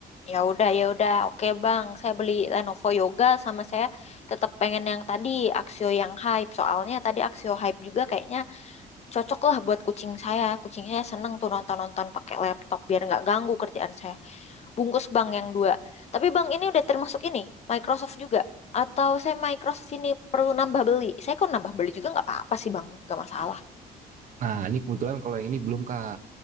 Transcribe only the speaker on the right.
Nah ini kebetulan kalau yang ini belum kak.